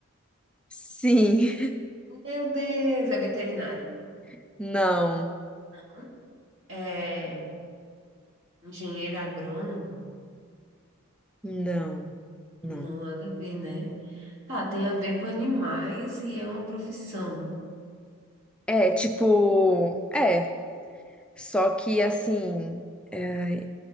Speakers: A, in the centre; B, on the right.
A: Sim.
B: Meu Deus, é veterinário.
A: <laughs> Não.
B: Não. É engenheiro agrônomo?
A: Não. Não.
B: Não, nada a ver, né? Tá, tem a ver com animais e é uma profissão.
A: É, tipo, é, só que assim, é,